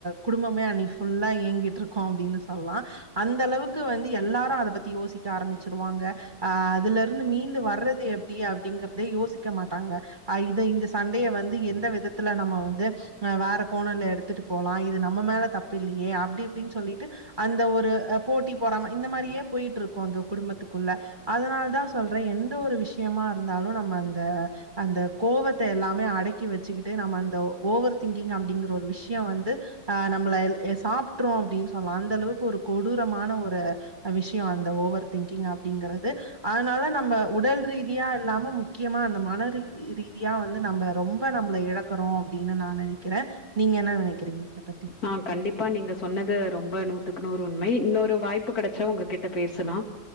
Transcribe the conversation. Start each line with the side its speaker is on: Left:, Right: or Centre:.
Right: குடும்பமே அன்னைக்கு ஃபுல்லா இயங்கிட்டிருக்கு அப்டின்னு சொல்லலா அந்த அளவுக்கு வந்து எல்லாரு அத பத்தி யோசிக்க ஆரமிச்சிருவாங்க ஆ அதுலருந்து மீண்டு வர்றது எப்டி அப்டிங்கறது யோசிக்க மாட்டாங்க ஆ இது இந்த சண்டைய வந்து எந்த விதத்துல நம்ம வந்து வேற கோணல்ல எடுத்துட்டு போலா இது நம்ம மேல தப்பில்லயே அப்டி இப்டின்னு சொல்லிட்டு அந்த ஒரு போட்டி பொறாம இந்த மாறியே போயிட்டிருக்கு அந்த குடும்பத்துக்குள்ள அதனால தா சொல்ற எந்த ஒரு விஷயமா இருந்தாலு நம்ம அந்த அந்த கோவத்த எல்லாமே அடக்கி வெச்சுக்கிட்டு நம்ம அந்த ஓவர் திங்கிங் அப்டிங்கற ஒரு விஷய வந்து ஆ நம்மள சாப் விட்டுறோ அப்டின்னு சொன்னா அந்த அளவுக்கு ஒரு கொடூரமான ஒரு விஷியோ அந்த ஓவர் திங்கிங் அப்டிங்கறது அதனால நம்ம உடல் ரீதியா இல்லாம முக்கியமா அந்த மன ரீ ரீதியா வந்து நம்ம ரொம்ப நம்மள இழக்கறோ அப்டின்னு நா நெனைக்கெற நீங்க என்ன நெனக்கறீங்க இத பத்தி
Left: ஆ கண்டிப்பா நீங்க சொன்னது ரொம்ப நூத்துக்கு நூறு உண்மை இன்னொரு வாய்ப்பு கெடச்சா உங்க கிட்ட பேசலாம்